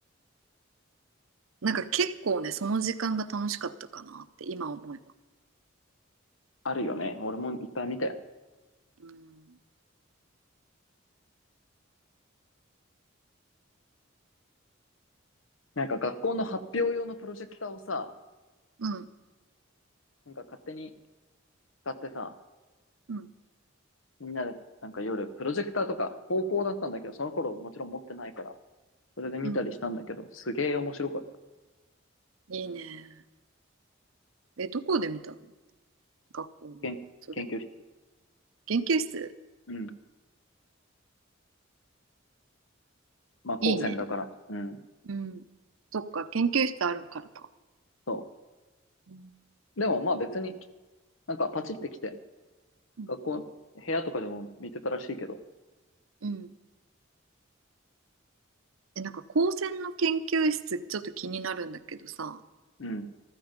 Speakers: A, on the right; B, on the left.
A: なんか結構ね、その時間が楽しかったかなって今思えば。
B: あるよね。俺もいっぱい見たよ。
A: うん、
B: なんか学校の発表用のプロジェクターをさ、
A: うん、
B: なんか勝手に使ってさ、
A: うん、
B: みんなでなんか夜、プロジェクターとか、高校だったんだけど、その頃もちろん持ってないから、それで見たりしたんだけど、
A: うん。
B: すげえ面白かった。
A: いいね。え、どこで見たの学校の。
B: けん研究室。
A: それ。研究室
B: うん。まあ、高専だから。
A: いいね。
B: うん。
A: うん。そっか、研究室あるからか。
B: そ
A: うん。
B: う。でもまあ別に、なんかパチってきて、
A: うん。
B: 学校、部屋とかでも見てたらしいけど、
A: うんえ、なんか高専の研究室ちょっと気になるんだけどさ、
B: うん。